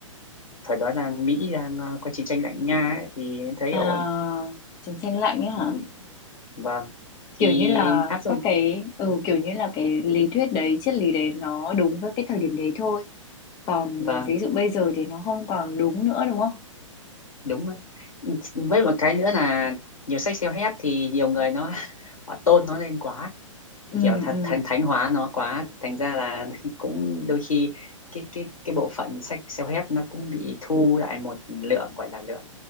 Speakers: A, on the left (about 85°); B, on the left (about 25°).
A: thời đó là Mỹ đang ờ, có chiến tranh lạnh Nga ấy, thì em thấy
B: à,
A: ổn
B: chiến tranh lạnh ấy hả
A: thì, vâng thì
B: kiểu như là
A: áp dụng
B: các cái ừ kiểu như là cái lý thuyết đấy triết lý đấy nó đúng với cái thời điểm đấy thôi còn
A: vâng
B: ví dụ bây giờ thì nó không còn đúng nữa đúng không
A: đúng ạ. với một cái nữa là nhiều sách self-help thì nhiều người nó <laughs> họ tôn nó lên quá
B: ừ
A: kiểu thật
B: ừ
A: thành thánh hóa nó quá thành ra là <laughs> cũng đôi khi cái cái cái bộ phận sách self-help nó cũng bị thu lại một lượng gọi là lượng